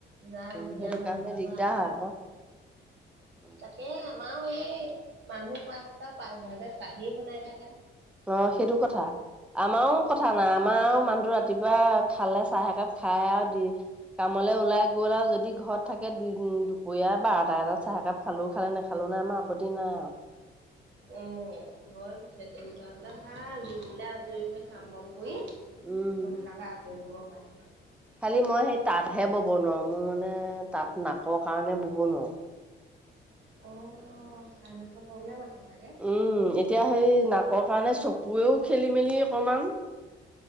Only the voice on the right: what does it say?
যাৰ যেতিয়া
মন
যাব
তাকেই আমাৰো এই, মানুহ পাঁচটা পাঁচভাগে চাহেই বনাই থাকে।
আকৌ
ভাত।
ওম হয় পিছে, তেনেকুৱা হ'লে ভাল। দিনটোলে আজৰি হৈ কাম বন কৰি সোনকালে
আজৰি হ'ব পাৰে।
অঁ চাইনাছৰ প্ৰব্লেম আছে। চাগে